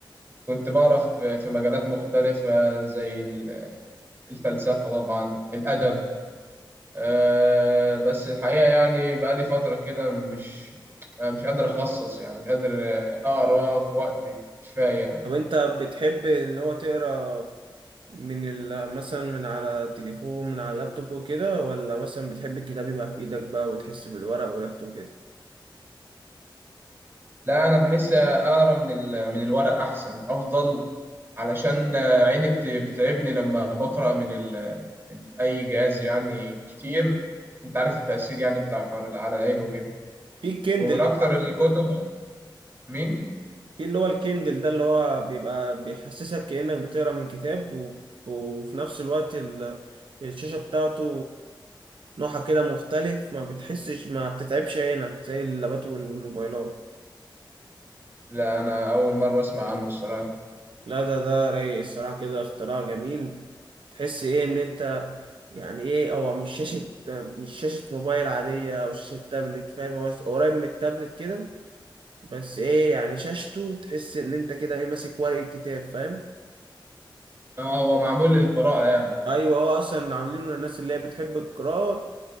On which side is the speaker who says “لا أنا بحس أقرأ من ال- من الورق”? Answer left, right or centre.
Right